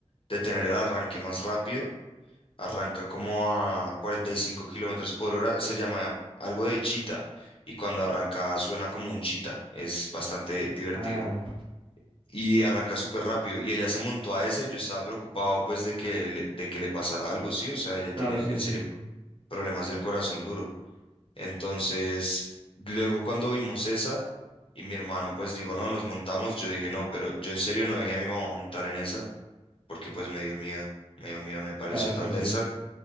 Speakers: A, on the left; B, on the right.
A: de tener el arranque más rápido. Arranca como a 45 kilómetros por hora, se llama algo de chita y cuando arranca suena como un chita. Es bastante divertido.
B: ah, bueno.
A: y arranca súper rápido. Y ella se montó a esa y yo estaba preocupado pues de que le, de que le pasara algo, sí, o sea, ella
B: Claro,
A: tiene
B: sí,
A: en
B: sí,
A: serio problemas del corazón duro. Entonces, luego cuando vimos esa y mi hermano pues dijo, no, nos montamos, yo dije, no, pero yo en serio no dejé a mi mamá montar en esa porque pues me dio miedo, me dio miedo, me pareció
B: claro, sí,
A: tan
B: sí.
A: densa.